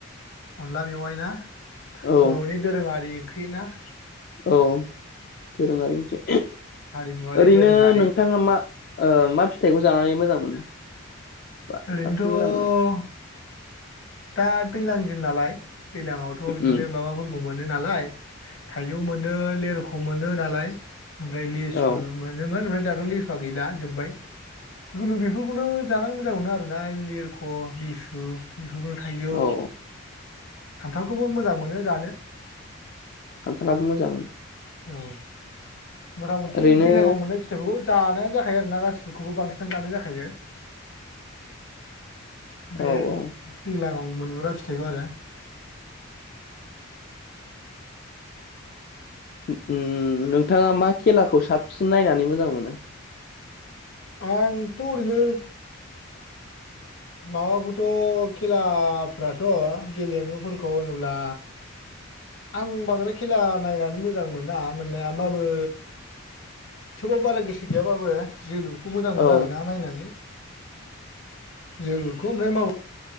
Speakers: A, on the left; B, on the left.
A: अनला मेवाइ ना
B: औ
A: बर'नि दोरोङारि ओंख्रि ना।
B: औ दोरोङारि ओंख्रि
A: हारिमुवारि
B: ओरैनो
A: दोरोङारि
B: नोंथाङा मा ओ मा फिथाइखौ जानानै मोजां मोनो? बा
A: ओरैनोथ'
B: साबसिन मोजां मोनो
A: दा दैलां दिननालाय दैलांआवथ' बिदिनो
B: उम
A: माबाफोर खौ मोनो नालाय थाइजौ मोनो लेरख' मोनो नालाय ओमफ्राय लेसु
B: औ
A: मोनोमोन ओमफ्राय दाथ' लेसुआ गैला जोब्बाय जिखुनु बेफोरखौनो जानानै मोजां मोनो आरोना लिरख' लिसु एफोरखौनो थाइजौ।
B: औ
A: खान्थालखौबो मोजां मोनो जानो।
B: खान्थालाबो मोजां।
A: औ मथा-मथि
B: ओरैनो
A: दैलांआव मोननाय फिथाइफोरखौ जानायानो जाखायो आरोना गासिखौबो बांसिनानो जानाय जाखायो। बे
B: औ औ
A: दैलांआव मोनग्रा फिथाइखौ आरो।
B: उम‌ उम नोंथाङा मा खेलाखौ साबसिन नायनानै मोजां मोनो?
A: आंथ' ओरैनो माबाखौथ' खेलाफ्राथ' गेलेमुफोरखौ होनोब्ला आं बांद्राय खेला नायनानै मोजां मोना मोननाया होमबाबो थेवबाबो बारा गोसो गैयाबो जोलुर खौ मोजां मोनो
B: औ
A: आरोना नायनानै जोलुरखौ ओमफ्राय